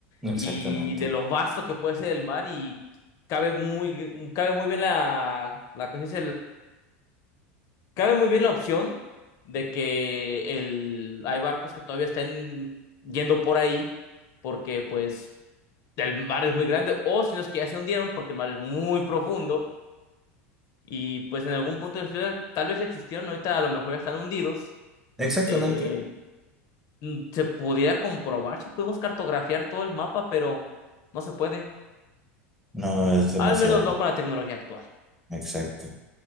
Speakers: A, on the left (about 50°); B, in the centre.
A: y
B: Exactamente.
A: de lo vasto que puede ser el mar y cabe muy, cabe muy bien la, la cosa, es Cabe muy bien la opción de que el, hay barcos que todavía estén yendo por ahí porque pues el mar es muy grande o si no es que ya se hundieron porque el mar es muy profundo y pues en algún punto de la historia tal vez existieron, ahorita a lo mejor ya están hundidos.
B: Exactamente.
A: Eh, mm, se pudiera comprobar si podemos cartografiar todo el mapa, pero no se puede.
B: No, es demasiado.
A: Al menos no con la tecnología actual.
B: Exacto.